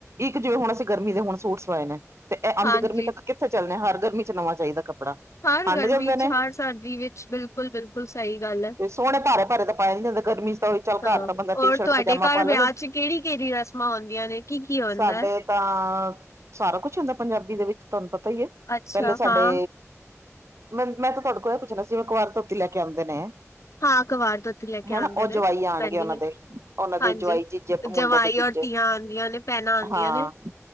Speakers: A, on the right (about 60°); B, on the left (about 65°).
A: ਇੱਕ ਜੇ ਹੁਣ ਅਸੀਂ ਗਰਮੀ ਦੇ ਹੁਣ ਸੂਟ ਸਵਾਏ ਨੇ, 'ਤੇ ਇਹ ਆਉਂਦੀ
B: ਹਾਂਜੀ
A: ਗਰਮੀ ਤੱਕ ਕਿ ਕਿਥੇ ਚੱਲਣੇ, ਹਰ ਗਰਮੀ 'ਚ ਨਵਾ ਚਹੀਦਾ ਕੱਪੜਾ।
B: ਹਰ
A: ਹੰਡ
B: ਗਰਮੀ
A: ਜਾਂਦੇ
B: 'ਚ,
A: ਨੇ
B: ਹਰ ਸਰਦੀ ਵਿੱਚ, ਬਿਲਕੁਲ ਬਿਲਕੁਲ ਸਹੀ ਗੱਲ ਹੈ।
A: ਤੇ ਸੋਹਣੇ ਭਾਰੇ ਭਾਰੇ ਤਾਂ ਪਾਏ ਨੀ ਜਾਂਦੇ ਗਰਮੀ ਚ ਤਾਂ ਉਹੀ ਚੱਲ
B: ਹਾਂ,
A: ਘਰ ਤਾਂ ਬੰਦਾ
B: ਹੋਰ
A: ਟੀ ਸ਼ਰਟ
B: ਤੁਹਾਡੇ
A: ਪਜਾਮਾ
B: ਘਰ
A: ਪਾ ਲਵੇ
B: ਵਿਆਹ 'ਚ ਕਿਹੜੀ- ਕਿਹੜੀ ਰਸਮਾਂ ਹਉਂਦੀਆਂ ਨੇ, ਕੀ -ਕੀ ਹੁੰਦਾ
A: ਸਾਡੇ
B: ਹੈ?
A: ਤਾਂ, ਸਾਰਾ ਕੁਛ ਹੁੰਦਾ ਪੰਜਾਬੀ ਦੇ ਵਿੱਚ, ਤੁਹਾਨੂੰ ਪਤਾ ਹੀ ਹੈ,
B: ਅੱਛਾ
A: ਪਹਿਲੇ ਸਾਡੇ
B: ਹਾਂ
A: ਮੈਂ-ਮੈਂ ਤਾਂ ਤੁਹਾਡੇ ਕੋਲ ਇਹ ਪੁੱਛਣਾ ਸੀ, ਜਿਵੇਂ ਕੁਵਾਰ- ਧੋਤੀ ਲੈ ਕੇ ਆਉਂਦੇ ਨੇ
B: ਹਾਂ ਕਵਾਰ ਧੋਤੀ ਲੈ ਕੇ ਆਉਂਦੇ
A: ਹਨਾ, ਉਹ
B: ਨੇ
A: ਜਵਾਈ ਆਉਣਗੇ
B: ਪੈਂਦੀ
A: ਉਹਨਾਂ
B: ਨੇ
A: ਦੇ। ਉਹਨਾਂ
B: ਹਾਂਜੀ
A: ਦੇ ਜਵਾਈ- ਜਿਜੇ,
B: ਜਵਾਈ
A: ਮੁੰਡੇ ਦੇ ਜੀਜੇ,
B: ਔਰ ਧੀਆਂ ਆਉਂਦੀਆਂ ਨੇ ਭੈਣਾਂ ਆਉਂਦੀਆਂ
A: ਹਾਂ
B: ਨੇ